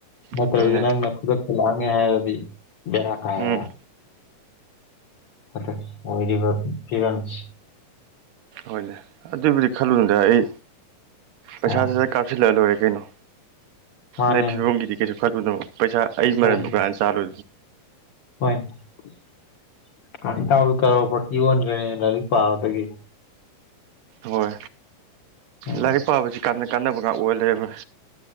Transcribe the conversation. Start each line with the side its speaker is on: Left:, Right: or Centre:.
Left: ꯃꯥꯠꯇ꯭ꯔ
Right: ꯑꯗꯨꯅꯦ
Left: ꯅꯅ ꯀꯗꯛ ꯂꯉ ꯍꯥꯏꯗꯤ ꯦꯔ ꯀ
Right: ꯎꯝ
Left: ꯍꯥꯏ ꯑ ꯑꯣꯏꯗꯤꯚ ꯐꯤꯔꯅꯤꯁꯤ
Right: ꯍꯣꯏꯅꯦ ꯑꯗꯨꯏꯕꯨꯗꯤ ꯈꯜꯂꯨꯅꯗ ꯑꯩ ꯄꯩꯁꯥꯁꯤ
Left: ꯑꯥ
Right: ꯀꯥꯞꯁꯤꯜꯂꯛꯂ ꯂꯣꯏꯔꯦ ꯀꯩꯅꯣ
Left: ꯃꯥꯅꯦ
Right: ꯅꯪ ꯐꯤꯕꯝꯒꯤꯗꯤ ꯀꯩꯁꯨ ꯈꯠꯂꯨꯗꯕꯣ ꯄꯩꯁꯥ ꯑꯩ
Left: ꯍꯣꯏꯅꯦ
Right: ꯃꯔ ꯗꯨꯀꯥꯟ ꯆꯥꯂꯨ
Left: ꯍꯣꯏꯅꯦ ꯏꯇꯥꯎꯗꯨ ꯇꯧꯔꯣꯠ ꯏ ꯌꯣꯟꯗ꯭ꯔꯦꯅꯦ ꯂꯥꯏꯔꯤꯛ ꯄꯥꯕꯗꯒꯤ
Right: ꯍꯣꯏ
Left: ꯎꯝ
Right: ꯂꯥꯏꯔꯤꯛ ꯄꯥꯕꯁꯤ ꯀ ꯀꯥꯟꯅꯕꯒ ꯑꯣꯏ ꯂꯩꯣꯏ